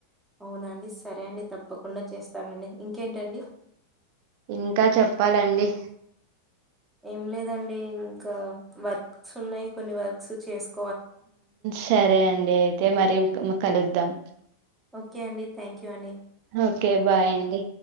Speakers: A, in the centre; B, on the right.
A: అవునండి సరే అండి తప్పకుండా చేస్తానండి ఇంకేంటండి?
B: ఇంకా చెప్పాలండి
A: ఏం లేదండి ఇంకా వర్క్స్ ఉన్నాయి కొన్ని వర్క్స్ చేసుకో
B: సరే అండి అయితే మరి కలుద్దాం
A: ఓకే అండి థ్యాంక్ యూ అండి
B: ఓకే బాయ్ అండి